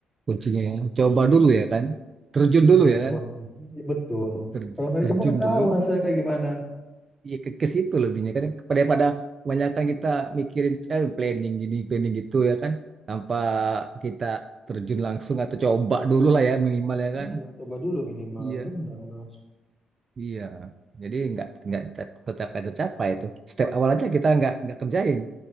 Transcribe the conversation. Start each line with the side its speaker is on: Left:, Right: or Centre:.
Right: kuncinya. ya. Coba dulu ya kan. Terjun
Centre: Iya,
Right: dulu ya
Centre: coba
Right: kan.
Centre: Iya, betul.
Right: Ter-
Centre: Kalau nggak
Right: terjun
Centre: dicoba nggak
Right: dulu.
Centre: tahu hasilnya kayak gimana.
Right: Ya ke, ke situ lebihnya kan. Pada pada kebanyakan kita mikirin eh, planning gini, planning gitu ya kan. Tanpa kita terjun langsung atau coba dulu lah ya minimal ya kan.
Centre: Iya, coba dulu minimal.
Right: Iya,
Centre: Benar, Mas.
Right: iya. Jadi nggak nggak tercapai tercapai itu. Step awal aja kita nggak nggak kerjain.